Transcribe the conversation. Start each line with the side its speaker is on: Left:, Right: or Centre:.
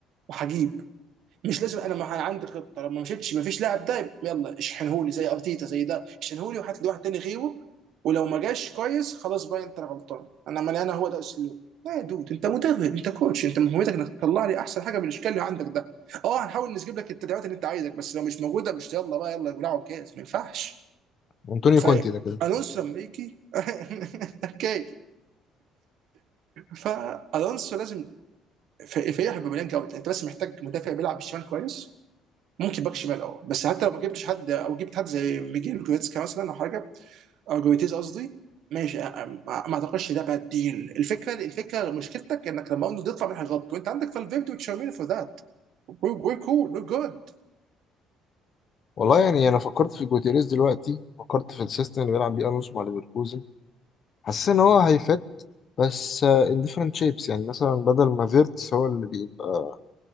Right: وهجيب مش لازم انا ما عندي خطه لما مشيتش ما فيش لاعب ده يلا اشحنهولي زي ارتيتا زي ده اشحنهولي وهات لي واحد تاني غيره ولو ما جاش كويس خلاص بقى انت غلطان انا عمال انا هو ده اسلوب لا يا دود انت مدرب انت كوتش انت مهمتك انك تطلع لي احسن حاجه بالاشكال اللي عندك ده اه هنحاول نجيب لك التدعيمات اللي انت عايزك بس لو مش موجوده مش يلا بقى يلا بلعب جاهز ما ينفعش
Left: انطونيو
Right: ف
Left: كونتي ده كده
Right: الونسو لما يجي <laughs> اوكي فالونسو لازم في- فيح بمليان جوده انت بس محتاج مدافع بيلعب بالشمال كويس ممكن باك شمال اه بس حتى لو ما جبتش حد او جبت حد زي ميجيل جويتسكا مثلا او حاجه او جويتيز قصدي ماشي آه، آه، ما ما اعتقدش ده باد ديل الفكره الفكره مشكلتك انك لما ارنولد يطلع منها غلط وانت عندك فالفيردي وتشاوميني فور ذات وي كول وي جود
Left: والله يعني انا فكرت في جوتيريز دلوقتي فكرت في السيستم اللي بيلعب بيه الونسو مع ليفركوزن حسيت ان هو هيفت بس ان ديفرنت شيبس يعني مثلا بدل ما فيرتس هو اللي بيبقى